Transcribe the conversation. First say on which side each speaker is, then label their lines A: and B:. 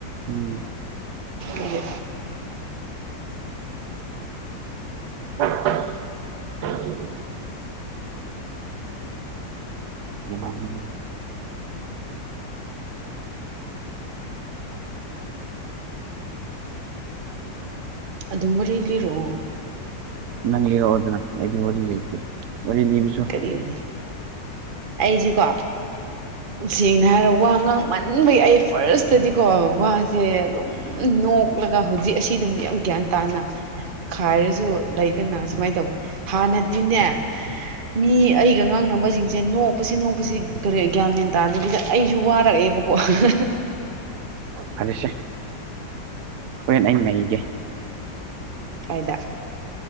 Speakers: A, on the right; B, on the right.
A: ꯎꯝ
B: ꯑꯗꯨꯒꯤ
A: <unintelligible> ꯎꯝ
B: ꯑꯗꯨꯝ ꯋꯥꯔꯤ ꯂꯤꯔꯛꯑꯣ
A: ꯅꯪ ꯂꯤꯔꯛꯑꯣꯗꯅ ꯑꯩꯗꯤ ꯋꯥꯔꯤ ꯂꯩꯇꯦ ꯋꯥꯔꯤ ꯂꯤꯕ
B: ꯀꯔꯤ ꯋꯥꯔꯤ ꯑꯩꯖꯤꯀꯣ ꯁꯦꯡꯅ ꯍꯥꯏꯔ ꯋꯥ ꯉꯥꯡꯃꯟꯕꯒꯤ ꯑꯩ ꯐꯥꯔꯁꯇꯗꯤꯀꯣ ꯋꯥꯁꯦ ꯑꯗꯨꯝ ꯎꯝ ꯅꯣꯛꯂꯒ ꯍꯧꯖꯤꯛ ꯑꯁꯤ ꯗꯨꯝ ꯌꯥꯝ ꯒ꯭ꯌꯥꯟ ꯇꯥꯅ ꯈꯥꯏꯔꯁꯨ ꯂꯩꯗꯅ ꯁꯨꯃꯥꯏꯅ ꯇꯧꯕꯅꯦ ꯍꯥꯟꯅꯗꯤꯅꯦ ꯃꯤ ꯑꯩꯒ ꯉꯥꯡꯅꯕꯁꯤꯡꯁꯦ ꯅꯣꯛꯄꯁꯤ ꯅꯣꯛꯄꯁꯤ ꯀꯔꯤ ꯒ꯭ꯌꯥꯟ ꯃꯦꯟ ꯇꯥꯗꯕꯤꯗ ꯑꯩꯁꯨ ꯋꯥꯔꯛꯑꯦꯕ <unintelligible>
A: ꯐꯔꯦꯁꯦ ꯍꯣꯔꯦꯟ ꯑꯩ ꯅꯩꯒꯦ
B: ꯀꯥꯏꯗ